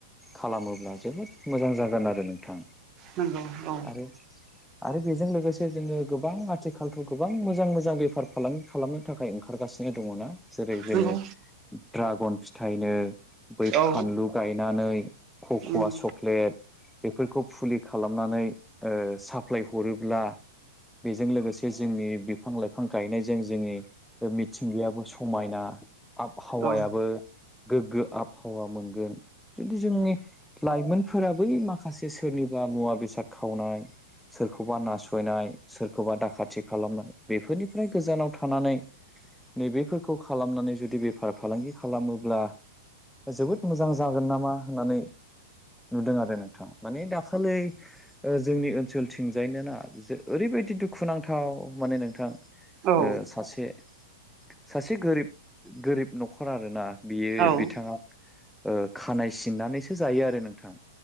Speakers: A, in the centre; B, on the right (about 30°).
A: खालामोब्ला जोबोद मोजां जागोन आरो नोंथा।
B: नोंगौ।
A: आरो आरो बेजों लोगोसे जोङो गोबां आथिखालथ' गोबां मोजां - मोजां बेफार फालांगि खालामनो थाखाय ओंखारगासिनो दङ ना जेरै जोङो
B: नंगौ
A: ड्रागन फिथाइनो बै
B: औ
A: फानलु गायनानै कक'आ
B: उम
A: चक्लेट बेफोरखौ फुलि खालामनानै ओ साप्लाय हरोब्ला बेजों लोगोसे जोंनि बिफां लाइफां गायनायजों जोंनि मिथिंगायाबो समायना आबहावायाबो
B: औ
A: गोग्गो आबहावा मोनगोन जुदि जोंनि लाइमोनफोरा बै माखासे सोरनिबा मुवा बेसाद खावनाय सोरखौबा नासयनाय सोरखौबा दाखाथि खालामनाय बेफोरनिफ्राय गोजानाव थानानै नैबेफोरखौ खालामनानै जुदि बेफार फालांगि खालामोब्ला जोबोद मोजां जागोन नामा होननानै नुदों आरो नोंथां माने दा खालै ओ जोंनि ओनसोलथिंजायनोना जे ओरैबायदि दुखुनांथाव माने नोंथां। ओ
B: औ
A: सासे सासे गोरिब - गोरिब न'खर आरोना बियो
B: औ
A: बिथाङा ओ खानाय सिननानैसो जायो आरो नोंथां।